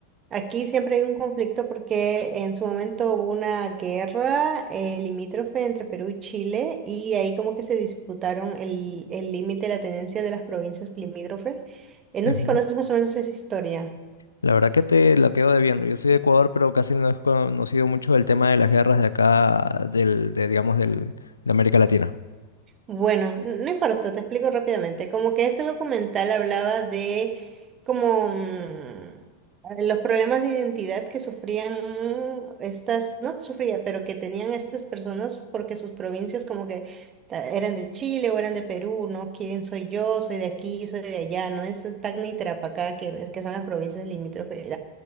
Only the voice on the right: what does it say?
Aquí siempre hay un conflicto porque en su momento hubo una guerra eh, limítrofe entre Perú y Chile y ahí como que se disputaron el el límite de la tenencia de las provincias limítrofes. Eh, no
sé si conoces más o menos esa historia.
Bueno, n- no importa, te explico rápidamente. Como que este documental hablaba de como mm, los problemas de identidad que sufrían estas, no sufría, pero que tenían estas personas porque sus provincias como que ta- eran de Chile o eran de Perú, ¿no? ¿Quién soy yo? Soy de aquí, soy de allá, no es Tacna y Tarapacá, que, que son las provincias limítrofes.